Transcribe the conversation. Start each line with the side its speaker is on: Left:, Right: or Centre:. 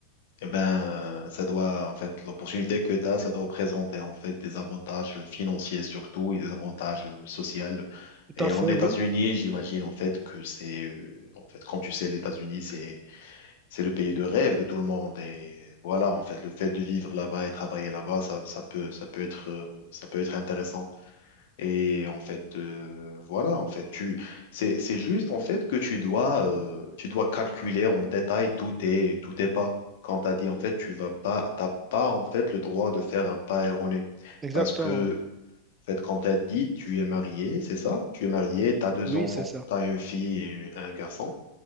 Left: Eh ben, ça doit, en fait, l'opportunité que tu as, ça doit représenter, en fait, des avantages financiers surtout et des avantages euh, sociaux.
Right: Tout
Left: Et
Right: à fait,
Left: en États-Unis,
Right: oui.
Left: j'imagine, en fait, que c'est, euh, en fait, comme tu sais, les États-Unis, c'est, c'est le pays de rêve de tout le monde. Et voilà, en fait, le fait de vivre là-bas et travailler là-bas, ça, ça peut, ça peut être, euh, ça peut être intéressant. Et en fait, euh, voilà, en fait, tu, c'est, c'est juste en fait que tu dois, euh, tu dois calculer en détail tous tes, tous tes pas. Comme tu as dit, en fait, tu vas pas, t'as pas en fait le droit de faire un pas erroné.
Right: Exactement,
Left: Parce que, en fait, comme tu as dit, tu es marié, c'est ça? Tu es marié, tu as deux
Right: Oui,
Left: enfants,
Right: c'est ça.
Left: tu as une fille et un garçon.